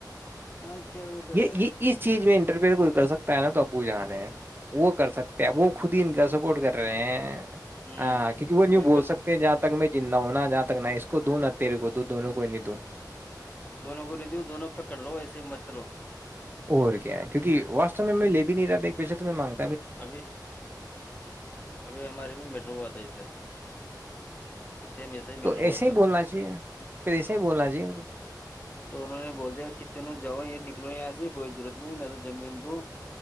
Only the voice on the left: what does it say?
ہاں خیر وہ تو ہے
ہوں ہ
ہ
وہی
کر
دونوں کو ردیوں دونوں پکڑ رہو ایسے مست رو
ابھی ابھی ہمارے بھی مٹرو ہوا تھا ایس ہی سیم ایسا ہی میٹر
ہوا
تھا
تو انہوں نے بول دیا کتنے ن جاؤ یہ نکلو یہاں سے کوئی ضرورت نہیں نہ تو زمین دوں